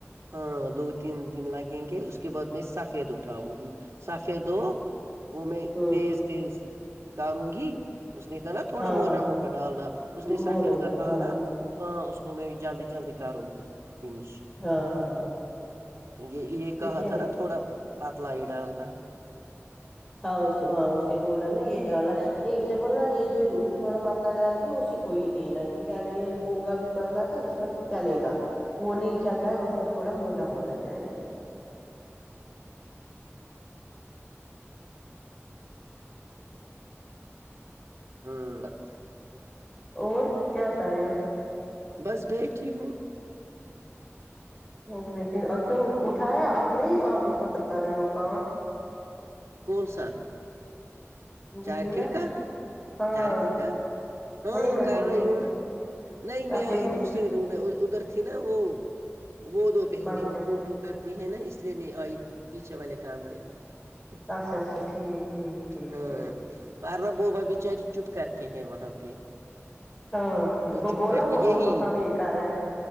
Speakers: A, on the right (about 85°); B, on the left (about 15°).
A: ہاں دو تین دن لگیں گے اس کے بعد میں سفید اٹھاؤں گی سفید دو وہ میں
B: ہوں
A: تیز تیز کاروں گی اس نے کہا نا تھوڑا
B: ہاں
A: موٹا
B: ہاں
A: موٹا ڈالنا اس نے
B: موٹا
A: سافیید
B: موٹا
A: کا کہ
B: ہاں ہاں
A: نا ہاں اس کو میں جلدی جلدی کروں گی فنش
B: ہاں ہاں ہاں
A: تو یہ
B: پھر
A: یہ کہا
B: کیا
A: تھا نا تھوڑا پتلا ہی ڈال رہ
B: ہاں اسے ہاں اسے بولا نا یہ ڈالا نہیں اس نے بولناا یہ جو تھوڑا پتلا ڈالتی اسی کو یہ دینا کیونکہ اگر یہ ہوگا بھی پتلا تو اس چلے گا وہ نہیں چلتا ہے اس کو تھوڑا موٹا ہونا چاہے
A: ہوں لگ
B: اور کیا کر رہے ہو
A: بس بیٹھیھی ہو
B: نہیں بیٹ کیوں اٹھایا اب نہیں آپ اس وقت کر رہے ہو کان
A: کون سا
B: جی
A: چار
B: جی نا
A: کیک
B: ہاں
A: چار کے کا ہاں
B: وہی میں
A: کر
B: بول
A: رہی ہوں نہیں میں
B: اچھا
A: آئی دوسری رو میں ادھر تھی نا وہ وہ دو بہنیں
B: منشا
A: وہ ٹو کرتی یہ ہے نا اس لیے میں پیچھے والے کام رہے
B: اچھا اچھا ٹھیک ٹھیک ٹھیک
A: ہاں
B: ٹھیک
A: ار بوبا بیچاری چپ کر کے ہے وہاں پہ
B: ہاں اس
A: وہ
B: کو
A: چپ
B: بولا
A: کر کے
B: وہو
A: یہی
B: کو ہم یہ کر رہے ہیں